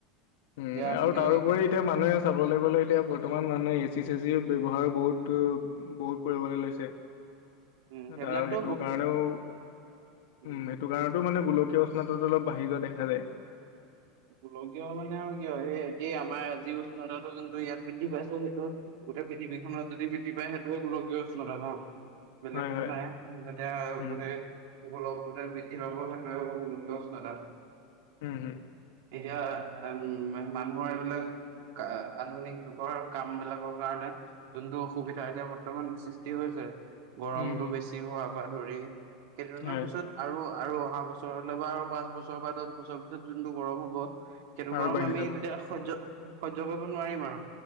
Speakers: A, on the left (about 80°); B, on the right (about 65°).
A: উম
B: এতিয়া আপুনি
A: আৰু তাৰোপৰি এতিয়া মানুহে চাবলৈ গ'লে এতিয়া বৰ্তমান মানুহে এচি-চেচিৰ ব্যৱহাৰো বহুত বহুত কৰিবলৈ লৈছে
B: উম
A: টো
B: সেইবিলাকতো
A: তাৰ সেইটো কাৰণেও
B: উ
A: উম, এইটো কাৰণতো মানে গোলকীয় উষ্ণতাটো অলপ বাঢ়ি যোৱা দেখা যায়।
B: গোলকীয় মানে আৰু কি হয় সেই একেই আমাৰ আজিও উষ্ণতাটো যেন টো ইয়াত বৃদ্ধি পাইছে সেইটো গোটেই পৃথিৱীখনত যদি বৃদ্ধি পায় সেইটোৱে গোলকীয় উষ্ণতা ন? বেলেগটো
A: হয় হয়
B: নাহে? যেতিয়া
A: উম
B: মানে গোলকৰ উতাপ বৃদ্ধি পাব তাকে হ'ব গোলকীয় উষ্ণতা।
A: উম উম
B: এতিয়া আউম মা মানুহৰ এইবিলাক <unintelligible> আধুিনক যুগৰ কাম বিলাকৰ কাৰণে যোনটো অসুবিধা এতিয়া বৰ্তমান সৃষ্টি হৈছে গৰমতটো
A: উম হুম।
B: বেছি হোৱা পা ধৰি কেইদিনমানৰ
A: হয়
B: পিছত আৰু, আৰু অহা বছৰলৈ বা আৰু পাঁচ বছৰ বা দহ বছৰৰ ভিতৰত যোনটো গৰম হ'ব সেইটো
A: আৰু
B: গৰম
A: বাঢ়ি
B: আমি
A: যাব
B: তেতিয়া সহ্য, সহ্য কৰিব নোৱাৰিম আৰু।